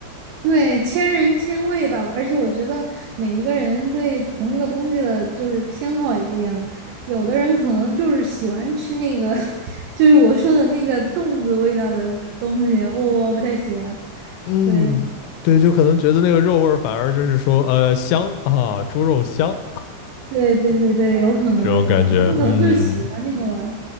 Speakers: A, on the right; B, on the left.
A: 对，千人千味吧，而且我觉得每一个人对同一个东西的，就是偏好也不一样。有的人可能就是喜欢吃那个，<laughs> 就是我说的那个动物的味道的东西，我我不太喜欢。
B: 嗯，
A: 对，
B: 对，就可能觉得那个肉味儿反而就是说呃香啊，猪肉香
A: 对，对，对，对，有可能，
B: <laughs> 这种感觉，
A: 有可能，他们可能就是喜欢那个味儿。
B: 嗯，